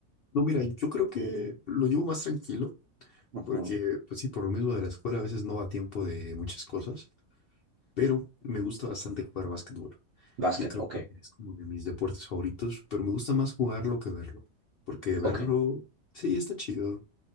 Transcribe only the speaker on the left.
no, mira, yo creo que lo llevo más tranquilo,
porque, pues sí, por lo mismo de la escuela a veces no da tiempo de muchas cosas, pero me gusta bastante jugar básquetbol.
Yo creo
que es como de mis deportes favoritos, pero me gusta más jugarlo que verlo, porque verlo,
sí, está chido,